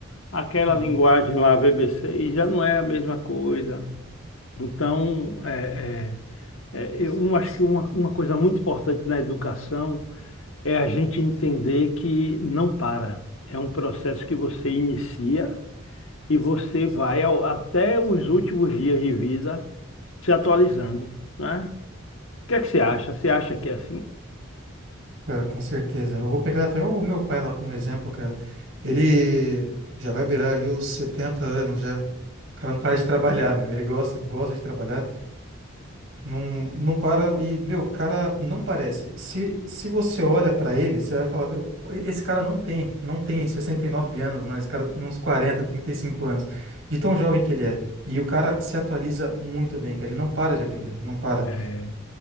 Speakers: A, on the left; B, on the right.
A: Aquela
B: uhum.
A: linguagem lá, VB6, já não é a mesma coisa. Então, é, é, é, eu um, acho que uma, uma coisa muito importante na educação é a gente entender que não para. É um processo que você inicia e você vai ao- até os últimos dias de vida se atualizando, né? O que é que você acha? Você acha que é assim?
B: Cara, com certeza. Eu vou pegar até o meu pai lá como exemplo, cara. Ele já vai beirar ali os 70 anos já. O cara não para de <laughs> trabalhar, meu. Ele gosta, gosta de trabalhar. Não, não para e, meu, o cara não parece. Se, se você olha pra ele, você vai falar, meu, esse cara não tem, não tem 69 anos, não. Esse cara tem uns quarenta trinta e cinco anos. De tão jovem que ele é. E o cara se atualiza muito bem, cara. Ele não para de aprender, não para.
A: É,